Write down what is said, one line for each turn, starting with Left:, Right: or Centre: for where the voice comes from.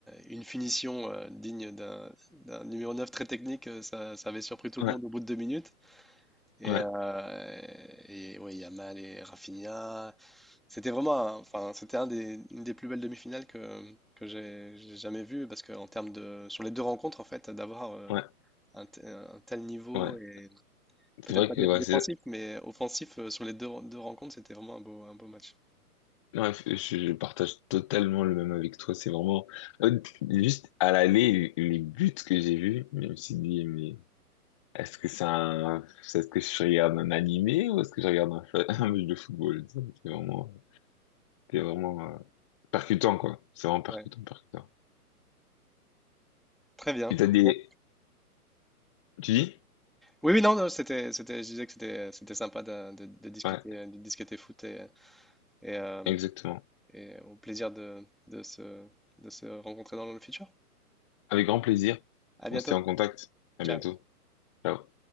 Centre: une finition euh, digne d'un d'un numéro 9 très technique, euh, ça, ça avait surpris tout le
Left: ouais,
Centre: monde au bout de deux minutes. Et,
Left: ouais,
Centre: euh, et ouais, Yamal et Rafinha, c'était vraiment un- enfin, c'était un des, une des plus belles demi-finales que, que j'ai j'ai jamais vues, parce que en termes de, sur les deux rencontres, en fait, d'avoir euh,
Left: ouais,
Centre: un, te- un tel niveau,
Left: ouais.
Centre: et
Left: C'est
Centre: peut-être
Left: vrai
Centre: pas
Left: que,
Centre: dé-
Left: ouais,
Centre: défensif,
Left: c'est,
Centre: mais offensif euh, sur les deux, deux rencontres, c'était vraiment un beau, un beau match.
Left: ouais, je, je partage totalement le même avec toi. C'est vraiment, euh, juste à l'aller, les buts que j'ai vus, même mais Est-ce que c'est un... Est-ce que je regarde un animé ou est-ce que je regarde un, fa- <laughs> un match de football? Ça, C'est vraiment, c'est vraiment euh, percutant, quoi. C'est vraiment percutant,
Centre: Ouais,
Left: percutant.
Centre: très bien.
Left: Et t'as des...
Centre: Bon.
Left: Tu dis?
Centre: Oui, oui, non, non, c'était, c'était, je disais que c'était, c'était sympa de, de- de discuter,
Left: Ouais,
Centre: de discuter foot et, et, euh,
Left: exactement.
Centre: et au plaisir de, de se, de se rencontrer dans le futur.
Left: Avec grand plaisir.
Centre: À bientôt.
Left: On se tient en contact. À
Centre: Ciao.
Left: bientôt. Ciao.